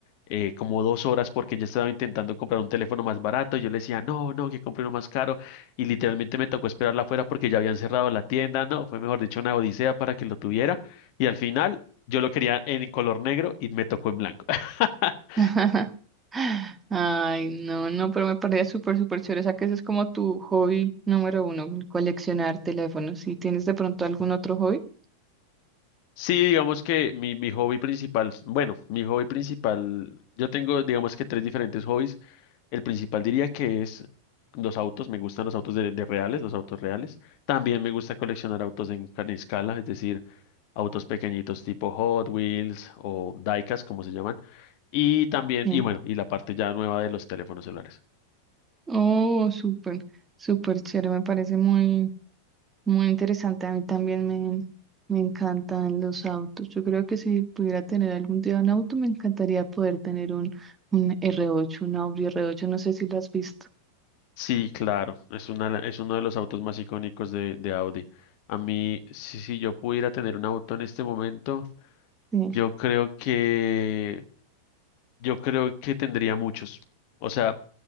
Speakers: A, on the left; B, on the right.
A: eh, como dos horas porque ya estaba intentando comprar un teléfono más barato. Yo le decía, no, no, que compre uno más caro. Y literalmente me tocó esperarla afuera porque ya habían cerrado la tienda. No, fue mejor dicho una odisea para que lo tuviera. Y al final yo lo quería en color negro y me tocó en blanco. <laughs>
B: <laughs> Ay, no, no, pero me parece súper, súper chévere. O sea, que ese es como tu hobby número uno, coleccionar teléfonos. ¿Y tienes de pronto algún otro hobby?
A: Sí, digamos que mi, mi hobby principal, bueno, mi hobby principal, yo tengo digamos que tres diferentes hobbies. El principal diría que es los autos, me gustan los autos de, de reales, los autos reales. También me gusta coleccionar autos en, ca- en escala, es decir, autos pequeñitos tipo Hot Wheels o Diecast, como se llaman. Y también,
B: Sí.
A: y bueno, y la parte ya nueva de los teléfonos celulares.
B: Oh, súper, súper chévere. Me parece muy, muy interesante. A mí también me, me encantan los autos. Yo creo que si pudiera tener algún día un auto, me encantaría poder tener un, un r ocho, un Audi r ocho. No sé si lo has visto.
A: Sí, claro, es una, es uno de los autos más icónicos de, de Audi. A mí, si, si yo pudiera tener un auto en este momento...
B: Sí.
A: Yo creo que, yo creo que tendría muchos. O sea,